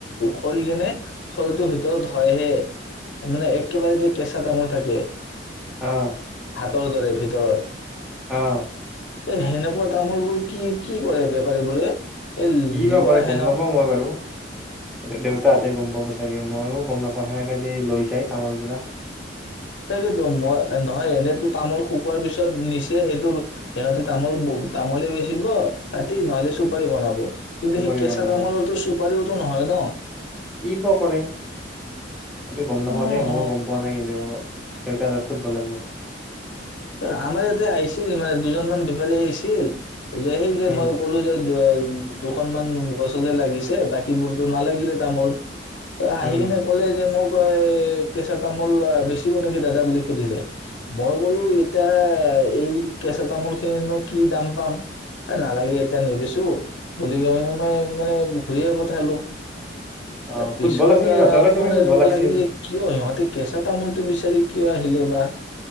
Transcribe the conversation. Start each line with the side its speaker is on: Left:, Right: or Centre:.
Left: সৰি কিনে ফলটোৰ ভিতৰত হয়হে মানে এক একেবাৰে যে, কেঁচা তামোল থাকে।
Centre: অ'।
Left: তৰ দৰে ভিতৰত
Centre: অহ
Left: এই সেনেকুৱা তামোলবোৰ কি কি কৰে বেপাৰীবোৰে? এই
Centre: কিবা
Left: নিব
Centre: কৰে,
Left: আহে
Centre: গম
Left: ন
Centre: নাপাওঁ, মই বাৰু দেউতা হাতে গম পাব চাগে, ময়ো গম নাপাওঁ সেনেকা যে, লৈ যাই তামোল বিলাক
Left: তাকেতো মই, নহয় এনেতো তামোল শুকোৱাৰ পিছত নিচে সেইটো সিহঁতে তামোল, তামোলে বেচিব কাটি নহ'লে, চুপাৰী বনাব। কিন্তু
Centre: বেপাৰী
Left: সেই কেঁচা
Centre: বনাব।
Left: তামোলটো চুপাৰিও টো নহয় ন?
Centre: কি প কৰে এইটো গম
Left: অ
Centre: নাপাওঁ দেই, মইয়ো গম পোৱা নাই কিন্তু দেউতাৰহত সুধব লাগিব
Left: ত আমাৰ ইয়াতে আহিছিল, মানে দুজনমান বেপাৰী আহিছিল যে, সেই যে,
Centre: উম
Left: মই ক'লো যে <unintelligible> দুখনমান গছতহে লাগিছে, বাকীবোৰতো নালাগিলে তামোল আহি
Centre: উম
Left: কিনে ক'লে যে, মোক ৱ এ কেঁচা তামোল বেচিব নেকি দাদা বুলি সুধিলে। মই ক'লো এতিয়া এই কেঁচা তামোলখিনি নো কি দাম পাম, এ নালাগে এতিয়া নেবেছো বুলি কৈ কিনি মই-মানে ঘূৰিয়ে পঠালো।
Centre: অ
Left: ত পিছত
Centre: সুধব লাগছিল সিহঁতকে
Left: আহ,
Centre: তুমি
Left: মন
Centre: সুধব
Left: এনেকুৱা
Centre: লাগছিল
Left: লাগিল যে, কিয় সিহঁতে কেঁচা তামোলটো বিচাৰি কি কিয় আহিলে বা।